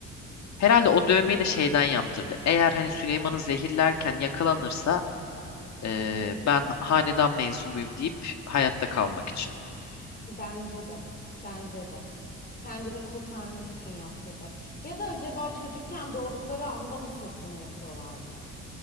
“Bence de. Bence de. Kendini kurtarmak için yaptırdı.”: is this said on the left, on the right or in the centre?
Left